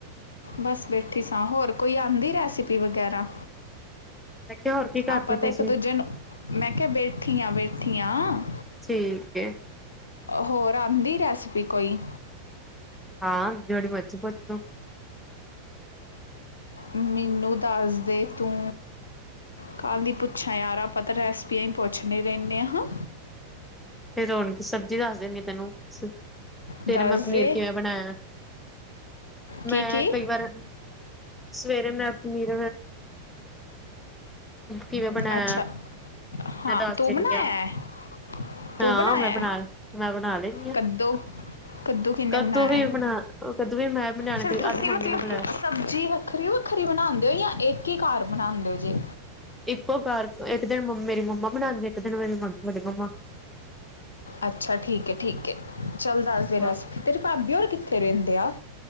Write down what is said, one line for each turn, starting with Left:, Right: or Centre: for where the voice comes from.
Left: ਬਸ ਬੈਠੀ ਸਾਂ, ਹੋਰ ਕੋਈ ਆਉਂਦੀ ਰੈਸਪੀ ਵਗੈਰਾ?
Centre: ਮੈਂ ਕਿਹਾ ਹੋਰ ਕੀ ਕਰਦੇ
Left: ਆਪਾਂ ਤੇ,
Centre: ਪਏ
Left: ਇੱਕ
Centre: ਸੀ
Left: ਦੂਜੇ ਨੂੰ ਮੈਂ ਕਿਹਾ ਬੈਠੀ ਹਾਂ, ਬੈਠੀ ਹਾਂ,
Centre: ਠੀਕ ਏ,
Left: ਹੋਰ ਆਉਂਦੀ ਰੈਸਪੀ ਕੋਈ?
Centre: ਹਾਂ ਜਿਹੜੀ ਮਰਜ਼ੀ ਪੁੱਛ ਲੋ।
Left: ਮੈਨੂੰ ਦੱਸਦੇ ਤੂੰ ਕੱਲ ਦੀ ਪੁੱਛਾਂ ਯਾਰ, ਆਪਾਂ ਤਾਂ ਰੈਸਪੀਆ ਹੀ ਪੁੱਛਣੇ ਰਹਿੰਦੇ ਹਾਂ ਹਾਂ।
Centre: ਤੇ ਰੋਣ ਸਬਜ਼ੀ ਦੱਸ ਦਿੰਦੀ ਆ ਤੈਨੂੰ, ਸਵੇਰੇ
Left: ਦੱਸ
Centre: ਮੈਂ ਪਨੀਰ
Left: ਦੇ
Centre: ਕਿਵੇਂ ਬਣਾਇਆ।
Left: ਕੀ
Centre: ਮੈਂ
Left: ਕੀ
Centre: ਕਈ ਵਾਰ, ਸਵੇਰੇ ਮੈਂ ਪਨੀਰ ਕਿਵੇਂ ਬਣਾਇਆ,
Left: ਅੱਛਾ ਹਾਂ
Centre: ਮੈਂ ਦੱਸ
Left: ਤੂੰ
Centre: ਦੇਂਦੀ
Left: ਬਣਾਇਆ
Centre: ਹਾਂ।
Left: ਹੈ ਤੂੰ
Centre: ਹਾਂ
Left: ਬਣਾਇਆ
Centre: ਮੈਂ ਬਣਾ,
Left: ਹੈ
Centre: ਮੈਂ ਬਣਾ ਲੈਦੀ ਆ।
Left: ਕੱਦੂ ਕੱਦੂ ਕਿੰਨੇ
Centre: ਕਦੂ
Left: ਬਣਾਇਆ
Centre: ਵੀ ਬਣਾ, ਕਦੂ ਵੀ ਮੈਂ ਬਣਆਣਾ,
Left: ਸਿਰਫ ਤੁਸੀਂ
Centre: ਅੱਜ ਮੰਮੀ
Left: ਮਤਲਬ
Centre: ਨੇ ਬਣਾਇਆ।
Left: ਸਬਜ਼ੀ ਵੱਖਰੀ -ਵੱਖਰੀ ਬਣਾਉਦੇ ਹੋ, ਜਾਂ ਇੱਕ ਹੀ ਘਰ ਬਣਾਉਂਦੇ ਜੇ
Centre: ਇੱਕੋ ਘਰ, ਇੱਕ ਦਿਨ ਮੰ ਮੇਰੀ ਮੰਮਾ ਬਣਾਉਂਦੇ, ਇੱਕ ਦਿਨ ਮੇਰੀ ਵੱਡੀ ਮੰਮਾ
Left: ਅੱਛਾ ਠੀਕ ਹੈ ਠੀਕ ਹੈ, ਚੱਲ ਦੱਸਦੇ ਰੈਸਪੀ,
Centre: ਹਾਂ
Left: ਤੇਰੇ ਭਾਬੀ ਹੋਰ ਕਿੱਥੇ ਰਹਿੰਦੇ ਆ।